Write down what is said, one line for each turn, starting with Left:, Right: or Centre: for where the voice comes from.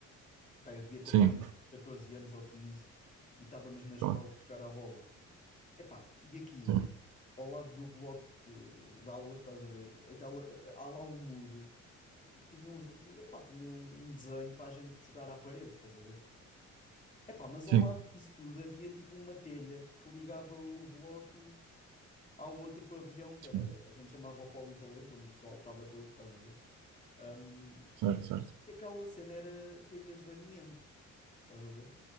Left: Pá, eu devia ter
Right: Sim,
Left: pá, aí uns 14 anos ou 15 e estávamos na escola
Right: claro,
Left: a jogar à bola. Epá, e aquilo,
Right: sim,
Left: ao lado do bloco de, de aulas, estás a ver? Aquela, há lá um muro que tinha um, tinha, epá, tinha um um desenho para a gente jogar à parede, estás a ver? Epá, mas
Right: sim,
Left: ao lado disso tudo havia tipo uma telha que ligava o bloco ao outro pavilhão, que
Right: sim,
Left: era, a gente chamava o polivalente, onde o pessoal estava todo, estás a ver? Hum,
Right: certo, certo.
Left: e aquela cena era telhas de amianto, estás a ver?